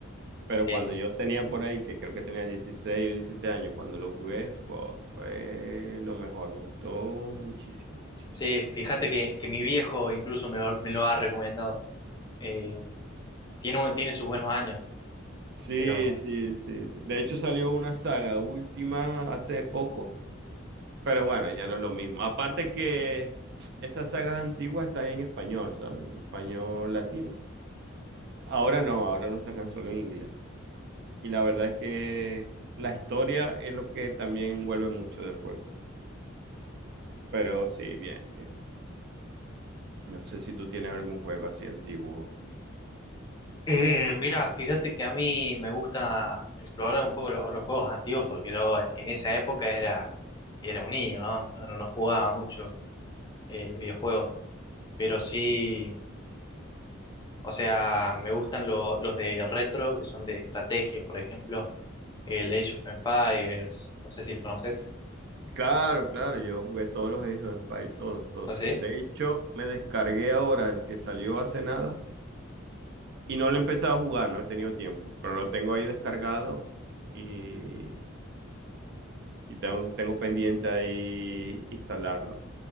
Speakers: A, on the right (about 55°); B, on the left (about 20°).
A: Pero
B: Sí,
A: cuando yo tenía por ahí, que creo que tenía 16 o 17 años, cuando lo jugué, fue, fue lo mejor, me gustó muchísimo, muchísimo.
B: sí, fíjate que, que mi viejo incluso me lo, me lo ha recomendado. Eh, tiene, un- tiene sus buenos años.
A: Sí,
B: Pero
A: sí, sí, sí. De hecho salió una saga última hace poco Pero bueno, ya no es lo mismo. Aparte que esas sagas antiguas están en español, ¿sabes? En español latino. Ahora no, ahora lo sacan solo en inglés. Y la verdad es que la historia es lo que también envuelve mucho del juego. Pero sí, bien, bien. No sé si tú tienes algún juego así antiguo.
B: eh, mira, fíjate que a mí me gusta explorar un poco lo- los juegos antiguos porque yo en esa época era, era un niño, ¿no? No, no- no jugaba mucho eh, videojuegos, pero sí, o sea, me gustan lo- los de retro que son de estrategia, por ejemplo, el Age of Empires, no sé si lo conoces.
A: Claro, claro, yo jugué todos los Age of Empires, todos, todos.
B: ¿Ah, sí?
A: De hecho, me descargué ahora el que salió hace nada y no lo he empezado a jugar, no he tenido tiempo, pero lo tengo ahí descargado y Y tengo, tengo pendiente ahí instalarlo.